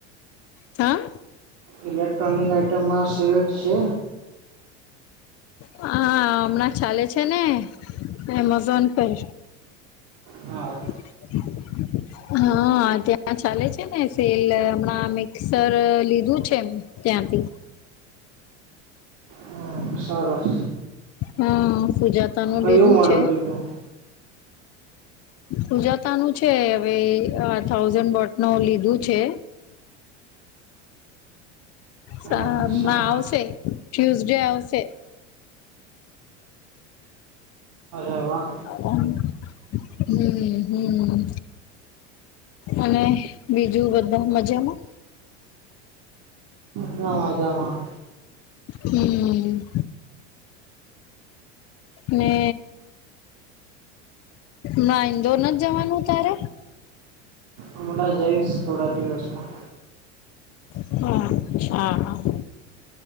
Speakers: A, on the left; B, on the right.
A: હા.
B: ઇલેક્ટ્રોનિક આઇટમમાં સેલ છે.
A: હા હમણાં ચાલે છે ને એમેઝોન પર.
B: હા.
A: હ <inaudible> હા ત્યાં ચાલે છે ને સેલ હમણાં મિક્સર લીધું છે એમ. ત્યાંથી.
B: હમ સરસ.
A: હા પૂજા તનું
B: કયું
A: લીધું
B: મોડલ
A: છે.
B: લીધું
A: સુજાતા નું છે હવે આ અ થાઉઝન્ડ બોટ ન લીધું છે. સા
B: અચ્છા
A: ના આવશે ટ્યુઝડે આવશે.
B: હવા.
A: હમ હમ. અને બીજું બધુ મજામાં.
B: બઘા મજામાં.
A: હમ. ને ના ઇન્દોર ના જવાનું તારે.
B: હમણાં જઈશ થોડા દિવસમાં
A: હમ અચ્છા હા.